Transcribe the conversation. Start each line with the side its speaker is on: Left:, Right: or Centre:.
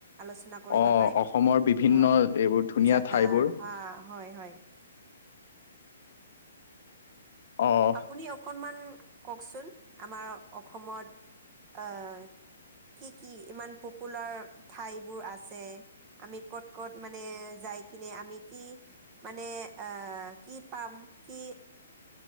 Right: আলোচনা কৰিব
Left: অ
Right: পাৰিম
Left: অসমৰ বিভিন্ন
Right: অঁ'
Left: এইবোৰ ধুনীয়া
Right: জাগা
Left: ঠাইবোৰ
Right: অঁ' হয় হয়।
Left: অঁ' অঁ'।
Right: আপুনি অকনমান কওকচোন, আমাৰ অসমত আহ'- কি কি ইমান পপুলাৰ ঠাইবোৰ আছে- আমি ক'ত ক'ত মানে যাই কিনে আমি কি- মানে আহ' কি পাম কি-